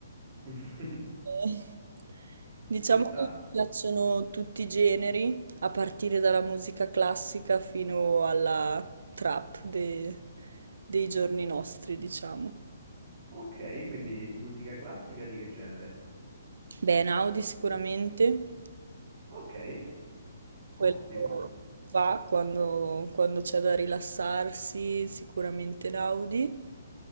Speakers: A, on the right; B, on the right.
A: <laughs>
B: Eh, Diciamo
A: ci sta.
B: che mi piacciono tutti i generi, a partire dalla musica classica fino alla trap de- dei giorni nostri, diciamo.
A: Ok, quindi musica classica di che genere?
B: Beh, Naudi sicuramente,
A: Ok,
B: quello
A: ottimo.
B: va quando, quando c'è da rilassarsi, sicuramente Naudi.